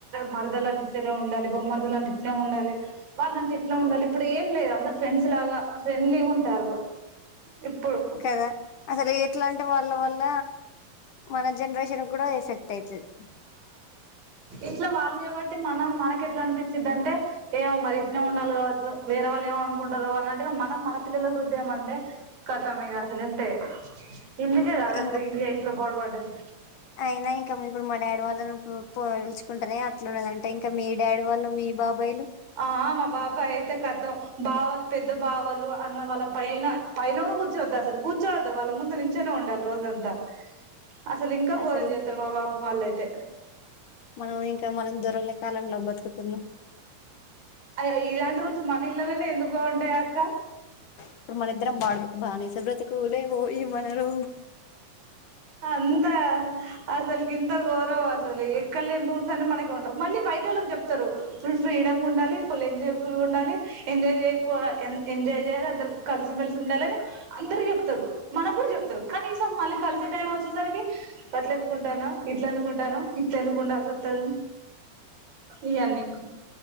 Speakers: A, on the right (about 65°); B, on the left (about 65°).
A: మరదలు అంటె ఇట్లనే ఉండాలే, బామర్దులు అంటే ఇట్నే ఉండాలే వాళ్ళంటే ఇట్లానే ఉండాలి ఇప్పుడు ఏం లేదు అందరు ఫ్రెండ్స్ లాగా ఫ్రెండ్లీగా ఉంటారు ఇప్పుడు
B: కదా అసలు ఎట్లాంటె వాళ్ళ వల్ల మన జనరేషన్ కూడా ఎఫెక్ట్ అయితది
A: ఇంట్లో వాళ్ళు ఏమంటే మనం మాకెట్లా అనిపించిదాంటే ఏమో మరి ఇట్నే ఉండాలి కావచ్చు వేరే వాళ్ళు ఏమనుకుంటారో అన్నట్గా మనం మన పిల్లల రుద్దినం అంటే కథం ఇగ అసలు ఇంతే ఇందుకే కద
B: ఇంకా
A: ఇండియా ఇట్ల పాడు పడ్డది
B: అయినా ఇంకా ఇప్పుడు మా డాడీ వాళ్ళను పోల్చుకుంటనే అట్లున్నదంటే ఇంకా మీ డాడీ వాళ్ళు, మీ బాబాయిలు
A: ఆ మా బాబాయి అయితే కతం బావాలు పెద్ద బావాలు అన్న వాళ్ళ పైన పైన కూర్చోద్దు అసలు కూర్చోవద్దు వాళ్ళ ముందు నుంచేనే ఉండాలి రోజంతా అసలు ఇంకా
B: అసలు
A: ఘోరం చేత్తరు మా బాపు వాళ్ళు అయితే
B: మనం ఇంకా మనం దొరల కాలంలో బతుకుతున్నాం
A: అయిన ఇలాంటి రూల్స్ మన ఇళ్లలోనే ఎందుకు ఉంటాయి అక్క
B: ఇప్పుడు మనిద్రం బా బానిసబ్రతకులే మనలో
A: అంత అసలుకి ఇంత గోరం అసలు ఎక్కల్లేని రూల్స్ అన్ని మనకె ఉంటారు మళ్ళీ బైటోళ్ళకు చెప్తారు ఫుల్ ఫ్రీడమ్ గా ఉండాలి ఫుల్ ఎంజాయిబుల్ గా ఉండాలి ఎంజాయ్ చేయిపో ఎన్ ఎంజాయ్ <unintelligible> అందరు కలిసిమెలిసి ఉండాలి అందరికి జెప్తరు, మనక్కూడా జెప్తరు కనీసం మళ్ళి కలిసే టైం వచ్చేసరికి అట్ల ఎందుకుంటనవ్ ఇట్ల ఎందుకుంటనవ్ ఇట్ల ఎందుకు ఉండాల్సి వత్తంది ఇయన్నీ